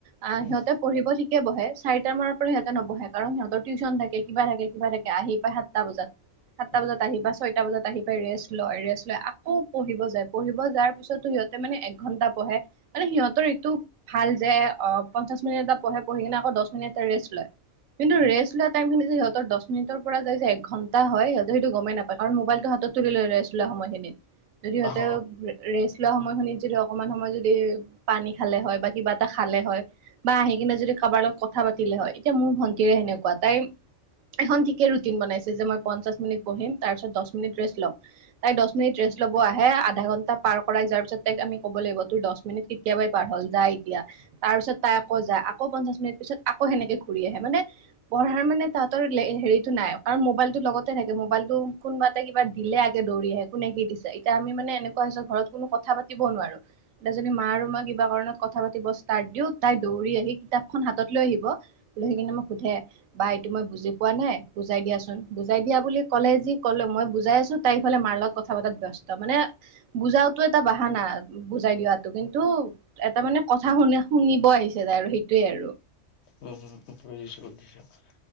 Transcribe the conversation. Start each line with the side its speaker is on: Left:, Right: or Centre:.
Right: আহ
Left: উম
Right: সিহঁতে পঢ়িব ঠিকে বহে চাৰিটা মানৰ পৰা সিহঁতে নবহে কাৰণ সিহঁতৰ টিউচন থাকে কিবা থাকে কিবা থাকে। আহি পাই সাতটা বজাত সাতটা
Left: উম
Right: বজাত আহি বা ছয়টা বজাত আহি পাই ৰেষ্ট লয় ৰেষ্ট লয় আকৌ পঢ়িব যায় পঢ়িব যাৰ পিছতো সিহঁতে মানে এক ঘন্টা পঢ়ে। মানে সিহঁতৰ এইটো ভাল যে অ পঞ্চাশ মিনিট এটা পঢ়ে পঢ়ি কিনে আকৌ দহ মিনিট এটা ৰেষ্ট লয়, কিন্তু
Left: উম
Right: ৰেষ্ট লোৱা টাইম খিনি যদি সিহঁতৰ দহ মিনিটৰ পৰা যাই যে এক ঘণ্টা হয় সিহঁতে সেইটো গমে নাপায় কাৰণ মোবাইলটো হাতত তুলি লয় ৰেষ্ট লোৱা সময় খিনিত। যদি সিহঁতে
Left: অ
Right: ৰেষ্ট লোৱা সময় খিনিত যদি অকমান সময় যদি পানী খালে হয়, বা কিবা এটা খা খালে হয় বা আহি কিনে যদি কাৰোবাৰ লগত কথা পাতিলে হয়। এতিয়া মোৰ ভণ্টিৰে সেনেকুৱা তাই এখন ঠিকে ৰুটিন বনাইছে যে মই পঞ্চাশ মিনিট পঢ়িম তাৰ পিছত দহ মিনিট ৰেষ্ট লম। তাই দহ মিনি ৰেষ্ট ল'ব আহে আধা ঘন্টা পাৰ কৰাই যোৱাৰ পিছত তাইক আমি ক'ব লাগিব তোৰ দহ মিনিট কেতিয়াবাই পাৰ হ'ল যা এতিয়া। তাৰ পিছত তাই আকৌ যায় আকৌ পঞ্চাশ মিনিট পিছত আকৌ সেনেকে ঘূৰি আহে মানে পঢ়াৰ মানে তাহতৰ হেৰিটো নাই কাৰণ মোবাইলতো লগতে থাকে মোবাইলটো কোনোবাত এটা কিবা দিলে আগে দৌৰি আহে কোনে কি দিছে এতিয়া আমি মানে এনেকুৱা হৈছে ঘৰত কোনো কথা পাতিবও নোৱাৰো। <unintelligible> মা আৰু মই কিবা কাৰণত কথা পাতি বচ <unintelligible> দিওঁ তাই দৌৰি আহি কিতাপখন হাতত লৈ আহিব, লৈ আহি কিনে মোক সোধে বা এইটো মই বুজি পোৱা নাই বুজাই দিয়াচোন, বুজাই দিয়া বুলি ক'লে যি ক'লো মই বুজাই আছো। তাই ইফালে মাৰ লগত কথা পাতাত ব্যস্ত, মানে বুজাও এটা বাহানা বুজাই দিয়াত। কিন্তু এটা মানে কথা শুনা শুনিব আহিছে তাই আৰু সেইটোৱে আৰু।
Left: উম, উম, উম, বুজিছোঁ <unintelligible>